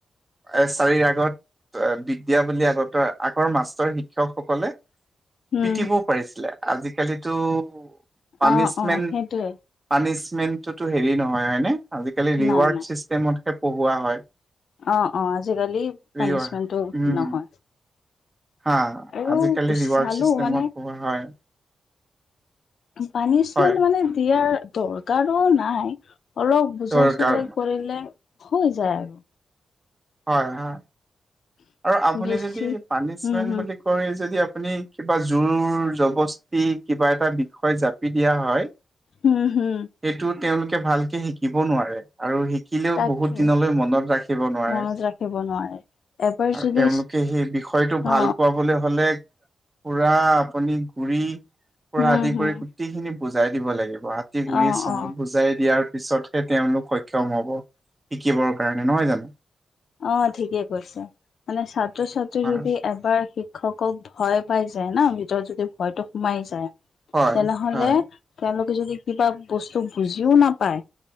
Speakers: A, on the right; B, on the left.
A: এচাৰিৰ আগত অ', বিদ্যা বুলি আগতে, আগৰ মাষ্টৰ শিক্ষকসকলে
B: উম
A: পিটিবও পাৰিছিলে, আজিকালিটো পানিছমেণ্ট,
B: অ অ সেইটোৱে
A: পানিছ মেণ্টটুটু হেৰী নহয় হয়নে, আজিকালি ৰীৱাৰ্ড
B: নাই নাই
A: চিষ্টেমত হে পঢ়ুৱা হয়।
B: অ', অ', আজিকালি, পানিচমেণ্টটো
A: ৰিৱাৰ উম
B: নহয়।
A: হা,
B: আৰু
A: আজিকালি ৰিৱাৰ্ড
B: চালো
A: চিষ্টেমত
B: মানে
A: পঢ়ুৱা হয়।
B: পানিচমেণ্ট
A: হয়
B: মানে, দিয়াৰ দৰকাৰো নাই। অলপ বুজাই
A: দৰকাৰ
B: চুজাই কৰিলে, হৈ যায় আৰু।
A: হয় হয়, আৰু আপুনি
B: বেছি
A: যদি পানিছমেন্ত
B: উম হম
A: বুলি কৈ, যদি আ আপুনি কিবা জোৰ, জবস্তি কিবা এটা বিষয় জাপি দিয়া হয়।
B: উম, উম।
A: সেইটো তেওঁলোকে ভালকে শিকিব নোৱাৰে। আৰু শিকিলেও,
B: তাকে
A: বহুত দিনলৈ মনত ৰাখিব নোৱাৰে।
B: মনত ৰাখিব নোৱাৰে এবাৰ
A: আৰু
B: যদি
A: তেওঁলোকে সেই বিষয়টো, ভাল
B: অ
A: পাবলৈ হ লে, পুৰা আপুনি গুৰি পৰা
B: হম
A: আদি
B: হম
A: কৰি গুটিখিনি বুজাই দিব লাগিব, আতি গুৰি
B: অ
A: চব
B: অ
A: বুজাই দিয়াৰ পিছতহে, তেওঁলোক সক্ষম হব, শিকিবৰ কাৰণে, নহয় জানো?
B: অ', ঠিকে কৈছে, মানে ছাত্ৰ ছাত্ৰী
A: হয়
B: যদি এবাৰ শিক শিক্ষকক ভয় পাই যায় ন', ভিতৰত যদি ভয়তটো সোমাই যায়
A: হয়
B: তেনেহলে,
A: হয়
B: তেওঁলোকে যদি কিবা বস্তু বুজিও নাপায়